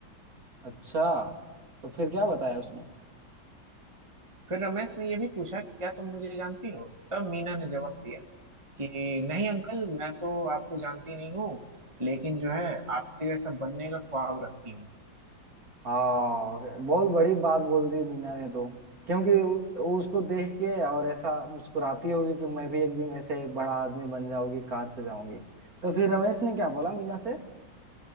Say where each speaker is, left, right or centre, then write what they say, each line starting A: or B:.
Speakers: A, on the right; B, on the right.
A: अच्छा तो फिर क्या बताया उसने
B: फिर रमेश ने ये भी पूछा कि क्या तुम मुझे जानती हो तब मीना ने जवाब दिया कि नहीं अंकल मैं तो आपको जानती नहीं हूँ लेकिन जो है आपके जैसा बनने का ख्वाब रखती हूँ
A: हाँ बहुत बड़ी बात बोल दी मीना ने तो क्योंकि उ- उ- उसको देख के और ऐसा मुस्कुराती होगी कि मैं भी एक दिन ऐसे बड़ा आदमी बन जाऊंगी कार से जाऊंगी तो फिर रमेश ने क्या बोला मीना से